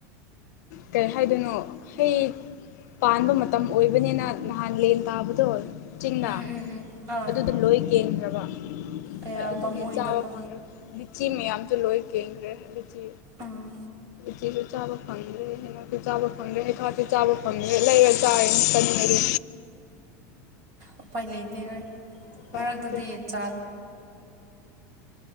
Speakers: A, on the left; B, on the right.
A: ꯀꯩ ꯍꯥꯏꯗꯣꯏꯅꯣ ꯍꯩ ꯄꯥꯟꯕ ꯃꯇꯝ ꯑꯣꯏꯕꯅꯤꯅ ꯅꯍꯥꯟ ꯂꯦꯟ ꯇꯥꯕꯗꯣ ꯆꯤꯡꯅꯥ
B: ꯎꯝ ꯎꯝ ꯎꯝ ꯑꯥ
A: ꯑꯗꯨꯗ ꯂꯣꯏ ꯀꯦꯟꯈ꯭ꯔꯕ
B: ꯑꯌꯥ
A: ꯑꯗꯨꯒꯤ
B: ꯄꯥꯃꯨꯏꯗꯀꯣ
A: ꯆꯥꯕ ꯐꯪꯗ꯭ꯔꯦ ꯂꯤꯆꯤ ꯃꯌꯥꯝꯁꯨ ꯂꯣꯏ ꯀꯦꯟꯈ꯭ꯔꯦ ꯂꯤꯆꯤ
B: ꯑꯥ
A: ꯁꯤꯁꯨ ꯆꯥꯕ ꯐꯪꯗ꯭ꯔꯦ ꯍꯩꯅꯧꯁꯨ ꯆꯥꯕ ꯐꯪꯗ꯭ꯔꯦ ꯍꯩꯈꯥꯁꯨ ꯆꯥꯕ ꯐꯪꯗ꯭ꯔꯦ ꯂꯩꯔ ꯆꯥꯌꯦꯆꯥꯅꯤꯡꯉꯥꯗꯤ
B: ꯎꯄꯥꯏ ꯂꯩꯇꯦ ꯍꯣꯏ
A: ꯎꯄꯥꯏ
B: ꯃꯔꯛꯇꯗꯤ
A: ꯂꯩꯇꯦ
B: ꯆꯥ